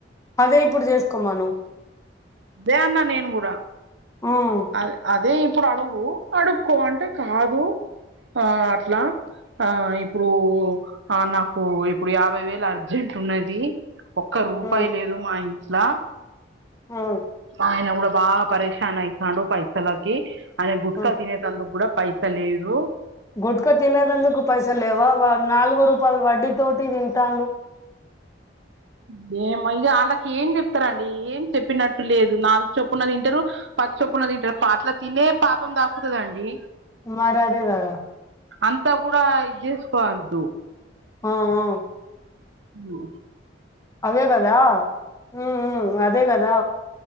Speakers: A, on the left; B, on the right.
A: అదే ఇప్పుడు చేసుకోమను
B: దే అన్న నేను కూడా
A: ఉమ్
B: అ అదే ఇప్పుడు అడుగు అడుక్కో అంటే కాదు ఆ అట్లా ఆ ఇప్పుడు ఆ నాకు ఇప్పుడు యాభై వేలు అర్జెంట్ ఉన్నది ఒక్క రూపాయి
A: ఉమ్
B: లేదు మా ఇంట్లా
A: అవు
B: ఆయన కూడా బాగా పరేషన్ అయితాండు పైసలకి ఆయన గుట్కా
A: ఉమ్
B: తినే తినే అందుకు కూడా పైస లేదు
A: గుట్క తినేదందుకు పైసాలు లేవా వా నాలుగు రూపాయలు వడ్డీ తోటి తింటాండు
B: బే మయ్య వాళ్ళకి ఏం చెప్పారండి ఏం చెప్పినట్టు లేదు నా చొప్పున్నది ఇంటరు పచ్చొప్పున తింటారు ఆట్ల తినే పాపం తాకుతది అండి
A: మరి అదే కదా
B: అంతా కూడా ఇది చేసుకోవద్దు
A: ఆ ఆ
B: ఉ
A: అదే కదా ఉ ఉ అదే కదా